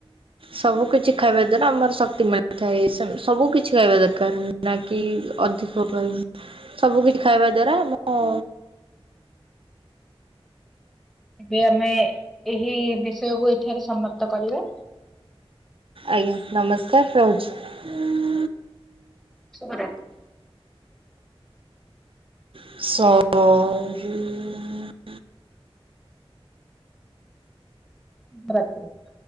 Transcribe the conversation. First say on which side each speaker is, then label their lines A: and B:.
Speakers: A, on the right; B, in the centre.
A: ସବୁ କିିଛି ଖାଇବା ଦ୍ଵାରା ଆମର ଶକ୍ତି ମିଳିଥାଏ। ସବୁ କିଛି ଖାଇବା ଦରକାର। ନା କିି ଅଧିକ ପାଈଁ, ସବୁ କିଛି ଖାଇବା ଦ୍ଵାରା ମୁଁ
B: ଏବେ ଆମେ ଏହି ବିଷୟକୁ ଏଠାରେ ସମାପ୍ତ କରିବା।
A: ଆଜ୍ଞା ନମସ୍କାର ରହୁଛି।
B: <unintelligible>
A: <unintelligible> <unintelligible>
B: <inaudible>